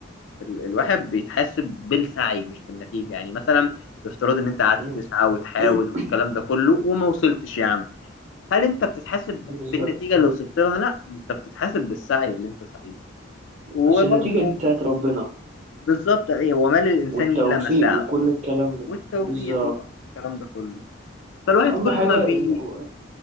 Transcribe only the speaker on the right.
مم.
<clears throat>
بالظبط
اصل النتيجة
دي بتاعت ربنا
والتوفيق
وكل الكلام ده
بالظبط
واهم
حاجة
ان و-